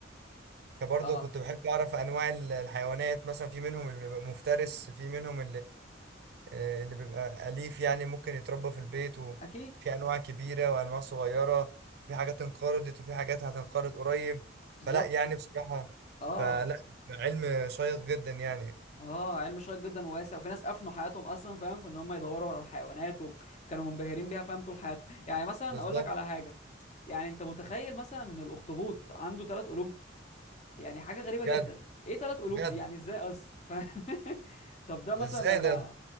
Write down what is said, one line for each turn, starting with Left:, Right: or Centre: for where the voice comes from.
Right: برضه
Left: اه
Right: كنت بحب اعرف انواع ال- الحيوانات مثلا في منهم المفترس في منهم آه، اللي بيبقى أليف يعني ممكن يتربى في البيت وفي
Left: اكيد
Right: أنواع كبيرة وأنواع صغيرة في حاجات انقرضت وفي حاجات هتنقرض قريب
Left: بالظبط
Right: فلا يعني بصراحة
Left: اه
Right: فلا علم شيق جدا يعني
Left: اه علم شيق جدا وواسع وفي ناس افنوا حياتهم اصلا فاهم في ان هم يدوروا على الحيوانات وكانوا منبهرين بيها فاهم طول حياتهم يعني مثلا
Right: بالظبط
Left: اقول لك على حاجه يعني انت متخيل مثلا ان الاخطبوط عنده ثلاث قلوب يعني حاجه غريبه
Right: بجد
Left: جدا ايه ثلاث قلوب
Right: بجد
Left: دي يعني ازاي اصلا ف... <laughs> طب ده مثلا
Right: ازاي
Left: لما
Right: ده